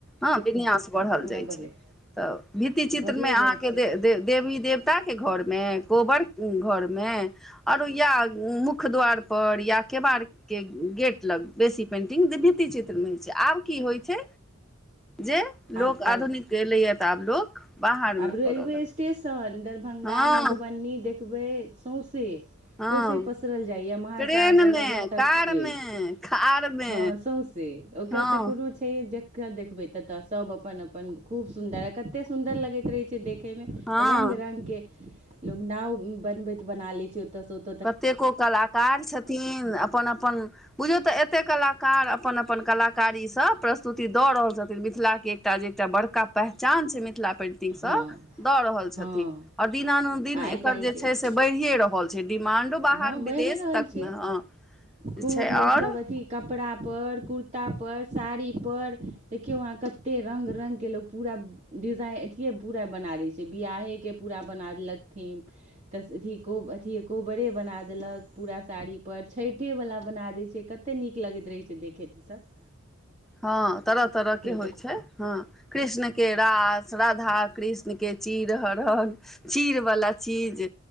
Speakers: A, in the centre; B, on the right.
A: हँ विन्यास बढ़ल
B: पूरा
A: जाइ
B: बढ़लै
A: छै तऽ भित्ति चित्र
B: बढ़ले
A: मे अहाँके
B: जाइ छै
A: दे दे देवी देवताके घरमे कोबर घरमे आरो या मुख्य द्वार पर या केबाड़ के गेट लग बेसी पेन्टिंग दिभित्ती चित्रमे होइत छै आब की होइ छै जे लोक
B: आब तऽ
A: आधुनिकएलैया तऽ आब लोक बाहरमे
B: आब रेलवे
A: करऽ लगलै
B: स्टेशन दरभंगा
A: हँ
B: मधुबनी देखबै सौँसे
A: हँ
B: सौंसे पसरल जाइए महासाग
A: ट्रेनमे
B: नगर तक
A: कारमे
B: के ऐछ
A: कारमे
B: हँ सौँसे से ओकर
A: हँ
B: त कोनो ज देखबै तत सब अपन अपन खूब सुंदर ह कते सुंदर लगैत रहे छै देखे मे
A: हँ
B: रंग रंग के लोक नाव बनबैत बना ले छै ओत स ओ
A: कतेको कलाकार छथिन अपन अपन बुझौ तऽ एते कलाकार अपन अपन कलाकारीसँ प्रस्तुति दऽ रहल छथिन मिथिलाके तऽ जे एकटा बड़का पहचान छै मिथिला पेन्ट
B: हँ
A: दऽ रहल
B: हँ
A: छथिन आओर दिनानुदिन
B: आइ
A: एकर
B: काल्हिके
A: जे छै से बढ़ियए रहल छै डिमांडो बाहर
B: हँ बढ़िए
A: विदेश
B: रहल
A: तकमे
B: छै
A: हँ जे
B: खूब
A: छै
B: लोकसब
A: आओर
B: अथी कपड़ पर कुर्ता पर साड़ी पर देखियौ अहाँ कते रङ्ग रङ्गके लोक पूरा डिजाइ अथिए पूरा बना दै छै बियाहेके पूरा बना देलकथिम तस की कहू अथी बड़े बना देलक पूरा साड़ीपर छठिवला बना दैत छै कतेक नीक लगैत रहैत छै देखैत ईसब
A: हँ तरह तरह के होइ
B: तऽ
A: छै हँ कृष्ण के रास राधा कृष्ण के चिर हरण चीर वाला चीज